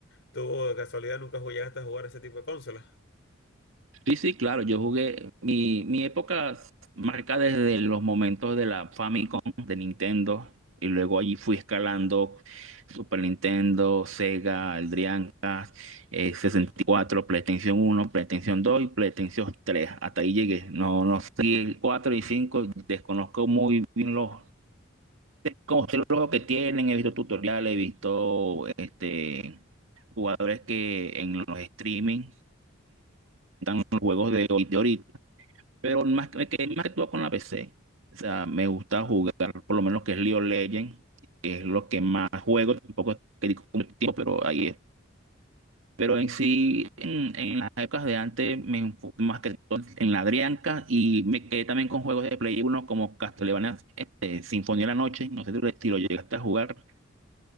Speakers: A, on the left; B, on the right.
A: ¿Tú de casualidad nunca llegaste a jugar ese tipo de consolas?
B: Sí, sí, claro, yo jugué mi, mi época marca desde los momentos de la Famicom de Nintendo y luego allí fui escalando Super Nintendo, Sega, el Dreamcast, eh, 64, PlayStation Uno, PlayStation Dos, y PlayStation 3. Hasta ahí llegué. No, no sé, el 4 y 5 desconozco muy bien los como sé los juegos que tienen, he visto tutoriales, he visto este jugadores que en los streaming están los juegos de, hoy- de ahorita, pero más que, que- más que todo con la PC. O sea, me gusta jugar por lo menos que es League of Legends, que es lo que más juego, tampoco es que dedico mucho tiempo, pero ahí es. Pero en sí, en, en las épocas de antes, me enfoqué más que todo en la Drianca y me quedé también con juegos de Play 1 como Castlevania este, Sinfonía de la Noche, no sé si lo si lo llegaste a jugar.